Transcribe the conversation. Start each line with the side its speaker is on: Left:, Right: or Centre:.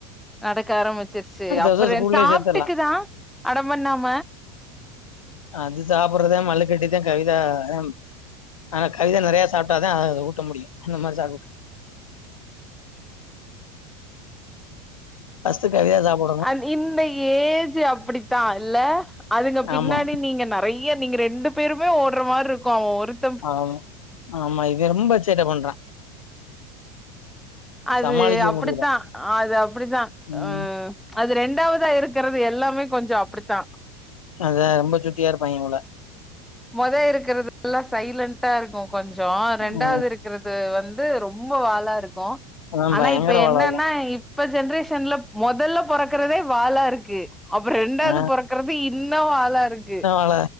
Centre: நடக்க ஆரம்பிச்சிருச்சு அப்பற
Left: வருஷம் ஸ்கூல்லயே
Centre: என்ன சாப்டுக்குதா
Left: சேத்துரலாம்.
Centre: அடம் பண்ணாம
Left: அது சாப்றதா மல்லுக்கட்டிதா கவிதா ஆம் ஆ கவிதா நெறைய சாப்டாதா அத ஊட்ட முடியும் அந்த மாரி சாப்டுட் ஃபஸ்டு கவிதா சாப்ப
Centre: அ இந்த ஏஜ் அப்டித்தா இல்ல அதுங்க பின்னாடி
Left: ஆமா.
Centre: நீங்க நறை ய நீங்க ரெண்டு பேருமே ஓட்ற மாரி இருக்கும் அவன் ஒருத்
Left: ஆமா ஆமா இவே ரொம்ப சேட்ட பண்றான்
Centre: அது
Left: சமாளிக்க
Centre: அப்டித்தா
Left: முடியல.
Centre: அது அ ப்டித்தா
Left: ம்.
Centre: அ அது ரெண்டாவதா இருக்கறது எல்லாமே கொஞ்சொ அப்டித்தா
Left: அதா ரொம்ப சுட்டியா இருப்பாய்ங்க போல
Centre: மொத இருக்கறது எல்லா சைலன்டா இருக்கு கொஞ்சோ ரெண்டாவ்து
Left: ஆ
Centre: இரு ருக்றது வந்து ரொம்ப வாலா இருக்கு
Left: அதா
Centre: ஆனா
Left: பயங்கர
Centre: இப்ப
Left: வாழாங்க
Centre: என்னன்னா இப்ப ஜென்ரேஷன்ல மொதல்ல பொறக்கறதே வாலா இருக்கு அப்பறோ ரெண்டாவ்து
Left: ஆ
Centre: பொறக்கறது இன்னு வாலாருக்கு
Left: அல